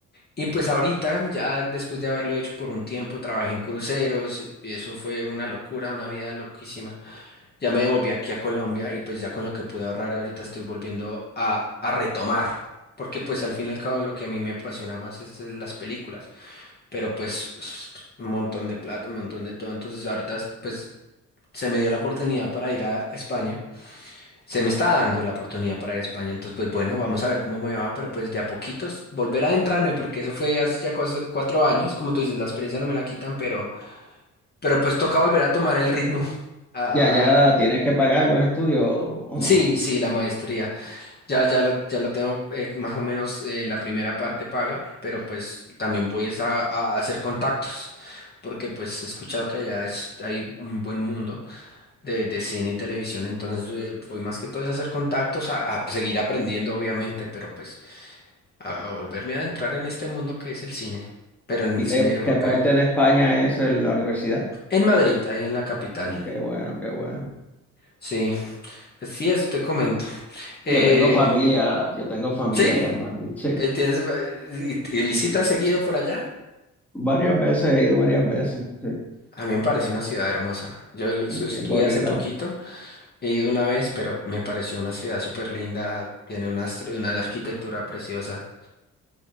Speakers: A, on the left; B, in the centre.
A: Y pues ahorita, ya después de haberlo hecho por un tiempo, trabajé en cruceros, y eso fue una locura, una vida loquísima. Ya me devolví aquí a Colombia y pues ya con lo que pude ahorrar ahorita estoy volviendo a, a retomar, porque pues al fin y al cabo lo que a mí me apasiona más es eh, las películas, pero pues es un montón de plata, un montón de todo, entonces ahorita pues se me dio la oportunidad para ir a a España. Se me está dando la oportunidad para ir a España, entonces pues bueno, vamos a ver cómo me va, pero pues de a poquitos volver a adentrarme, porque eso fue hace ya cos- cuatro años, como tú dices, la experiencia no me la quitan, pero, pero pues toca volver a tomar el ritmo. a-
B: Ya, ya
A: a- a-
B: tienes que pagar los estudios o o
A: sí,
B: no.
A: sí, la maestría, ya, ya la, ya la tengo eh, más o menos eh, la primera parte paga, pero pues también voy es a, a hacer contactos, porque pues he escuchado que allá es, hay un buen mundo. de, de cine y televisión, entonces eh, voy más que todo es a hacer contactos, a, a seguir aprendiendo obviamente, pero pues a, a volverme a adentrar en este mundo que es el cine, pero en
B: ¿Y
A: el
B: qué,
A: cine europeo.
B: qué parte de España es el- la universidad?
A: En Madrid, ahí en la capital.
B: Ah, qué bueno, qué bueno.
A: Sí, pues sí, eso te comento. Eh,
B: Yo tengo familia, yo tengo familia
A: sí,
B: allá en Madrid, sí.
A: eh, tienes, eh, y, y visitas seguido por allá.
B: Varias veces, he ido varias veces, sí.
A: A mí me parece una ciudad hermosa. Yo lo es-
B: Es
A: estuve
B: Bien bonita.
A: hace poquito, he ido una vez, pero me pareció una ciudad súper linda, tiene una, estru- una arquitectura preciosa.